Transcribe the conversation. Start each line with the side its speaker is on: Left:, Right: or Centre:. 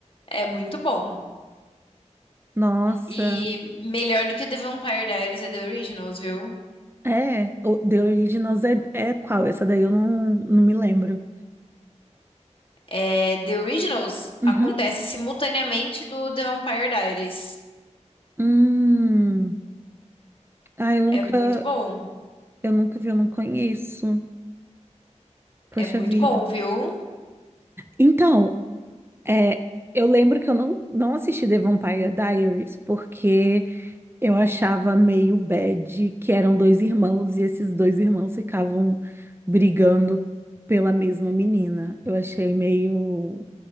Left: É muito bom.
Right: nossa.
Left: E melhor do que The Vampire Diaries é The Originals, viu?
Right: É, o The Originals é, é qual? Essa daí eu não, não me lembro.
Left: É, The Originals
Right: Uhum.
Left: acontece simultaneamente do The Vampire Diaries.
Right: Hum. Ah, eu nunca,
Left: É muito bom.
Right: eu nunca vi, eu não conheço. Poxa
Left: É muito
Right: vida.
Left: bom, viu?
Right: Então, é, eu lembro que eu não, não assisti The Vampire Diaries porque eu achava meio bad que eram dois irmãos e esses dois irmãos ficavam brigando pela mesma menina. Eu achei meio.